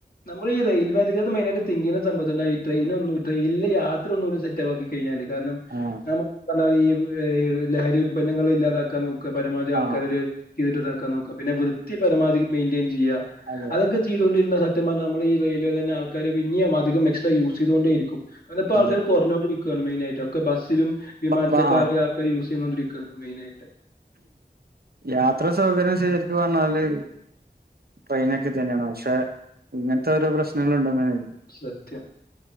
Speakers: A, on the left; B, on the right.
A: നമ്മൾ ഈ റെയിൽവേ അധികൃത മെയിനായിട്ട് തിങ്ക് യ്യുന്ന <unintelligible> പ്ലെ ട്രെയിനിൽ യാത്ര ഒന്നുടെ സെറ്റാക്കി കഴിഞ്ഞാല് കാരണം
B: ആഹ്
A: നമുക്കി പറഞ്ഞാരി ഈ ലഹരി ഉൽപന്നങ്ങൾ ഇല്ലാതാക്ക പരമാവധി ആൾക്കാര്
B: ആഹ്
A: ഇത് ചിതിട്ട് ഇതാക്കാൻ നോക്ക പിന്നെ വൃത്തി പരമാധി മെയിൻ യ്യ
B: അതെ
A: അതൊക്കെ ചെയ്തൊണ്ടിരുന്ന സ സത്യം പറഞ്ഞ നമ്മളെ ഈ റെയിൽവേ തന്നെ ആൾക്കാര് പിന്നീം അധികം എക്സ്ട്രാ യൂസ് ചെയ്തൊണ്ടിരിക്കും കാരണം ഇപ്പൊ
B: അതെ
A: ആൾക്കാര് കുറഞ്ഞോണ്ടിരിക്കും മെയിനായിട്ട് ഒക്കെ ബസിലും വിമാനത്തിലൊക്കെ
B: ബ ബ ആഹ്
A: ആദ്യ ആൾക്കാരെ യൂസീതോണ്ടിരിക്ക മെയിൻആയിട്ട്
B: യാത്ര സൗകര്യം ശരി പർഞ്ഞാല് ട്രെയിനക്കെ തന്നെയാണ് പക്ഷെ ഇങ്ങൻത്തെ ഓരോ പ്രശ്നങ്ങൾ ണ്ടോ?
A: സത്യം